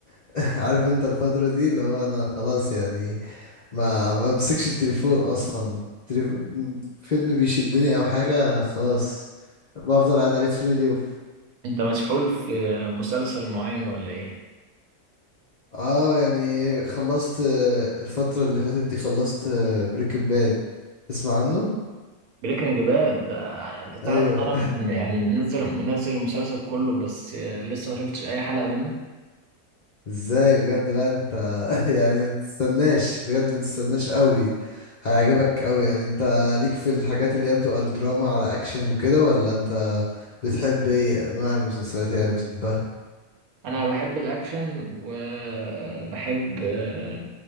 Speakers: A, on the left (about 65°); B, on the right (about 75°).
A: <laughs> عارف انت الفترة دي اللي هو انا خلاص يعني ما ما بمسكش التليفون اصلا تليف... فيلم بيشدني او حاجة خلاص بفضل قاعد عليه طول اليوم
B: انت مسحول في مسلسل معين ولا ايه؟
A: اه يعني خلصت آه، الفترة اللي فاتت دي خلصت بريكنج باد تسمع عنه
B: بريكنج باد ده انت تعرف
A: ايوه
B: ان انا م- يعني منزل منزل المسلسل كله بس آه، لسه ما شفتش اي حلقة منه
A: ازاي بجد لا انت <laughs> يعني ما تستناش بجد ما تستناش قوي هيعجبك قوي يعني انت ليك في الحاجات اللي هي بتبقى الدراما على اكشن وكده ولا انت بتحب ايه نوع المسلسلات يعني بتحبها
B: انا بحب الاكشن وبحب آه،